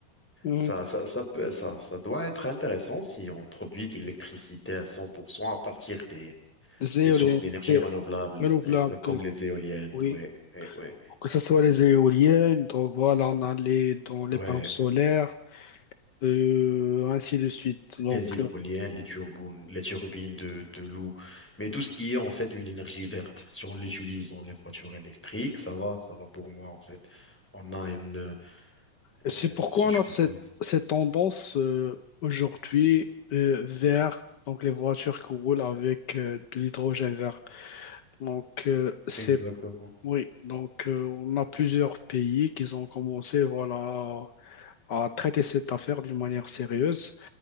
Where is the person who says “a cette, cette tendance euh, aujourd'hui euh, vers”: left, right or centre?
Left